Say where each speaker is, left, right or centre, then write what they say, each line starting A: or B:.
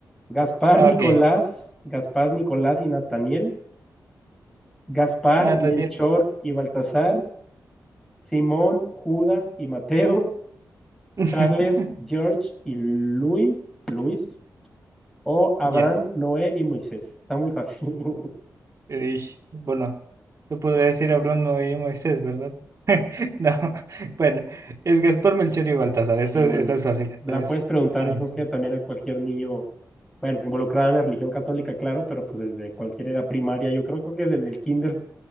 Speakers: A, in the centre; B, on the right.
A: Gaspar,
B: Ah,
A: Nicolás,
B: Ok,
A: Gaspar, Nicolás y Nataniel, Gaspar,
B: Nathaniel.
A: Melchor y Baltasar, Simón, Judas y Mateo,
B: <laughs>
A: Charles, George y Luis, Luis, o Abraham,
B: Ya.
A: Noé y Moisés. Está muy fácil. <laughs>
B: Ey, bueno, yo podría decir Abraham, Noé y Moisés, ¿verdad? <laughs> No, bueno, es Gaspar, Melchor y Baltasar. Esta,
A: Yo,
B: esta
A: bueno, es-
B: es fácil.
A: La
B: esta es
A: puedes preguntar,
B: común,
A: yo creo
B: sí.
A: que también a cualquier niño, bueno, involucrado en la religión católica, claro, pero pues desde cualquier edad primaria, yo creo, creo que desde el kinder,